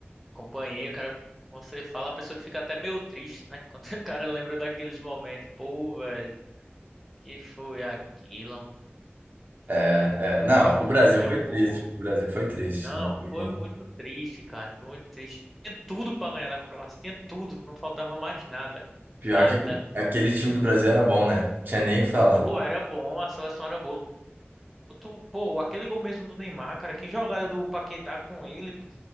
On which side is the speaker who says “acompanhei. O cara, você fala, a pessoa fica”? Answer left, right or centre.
Centre